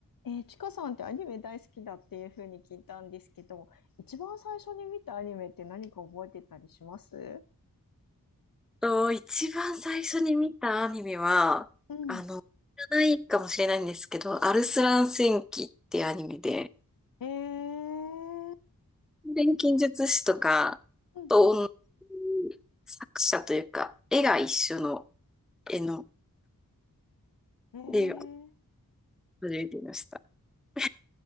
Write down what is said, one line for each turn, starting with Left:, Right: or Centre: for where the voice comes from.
Left: えー、ちかさんってアニメ大好きだっていうふうに聞いたんですけど、一番最初に見たアニメって何か覚えてたりします
Centre: と、一番最初に見たアニメは、
Left: うん。
Centre: あの、知らないかもしれないんですけど、アルスラン戦記っていうアニメで、
Left: えー、
Centre: 錬金術師とかと同
Left: うんうん
Centre: じ作者というか、絵が一緒の絵の、
Left: うんえ
Centre: で、初めて見ました。<laughs> あ